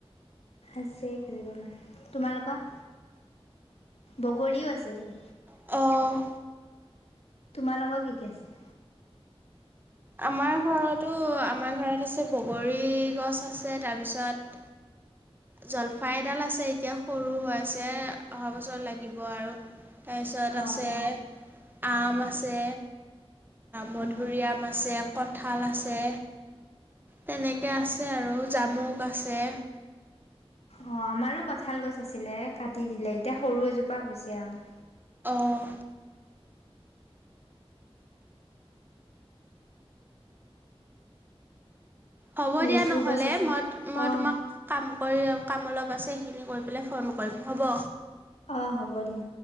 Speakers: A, on the left (about 80°); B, on the right (about 20°).
A: আছে কেইজোপামান। তোমালোকৰ? বগৰীও আছে দিয়া।
B: অঁ
A: তোমালোকৰ কি কি আছে?
B: আমাৰ ঘৰতো, আমাৰ ঘৰত আছে, বগৰী গছ আছে, তাৰপিছত, জলফাই এডাল আছে। এতিয়া সৰু হৈ আছে, অহা বছৰ লাগিব আৰু। তাৰপিছত
A: অঁ
B: আছে, আম আছে, মধুৰিআম
A: অঁ
B: আছে, কঁঠাল আছে। তেনেকৈ আছে আৰু জামুক আছে।
A: অ'! আমাৰো কঁঠাল গছ আছিলে, কাটি দিলে। এতিয়া, সৰু এজোপা হৈছে আৰু।
B: অঁ হ'ব
A: লেচু
B: দিয়া নহ'লে,
A: গছ আছে
B: মই-মই
A: অঁ
B: তোমাক, কাম কৰি, কাম অলপ আছে, সেইখিনি কৰি পেলাই, ফোন কৰিম। হ'ব?
A: অ'! হ'ব দিয়া।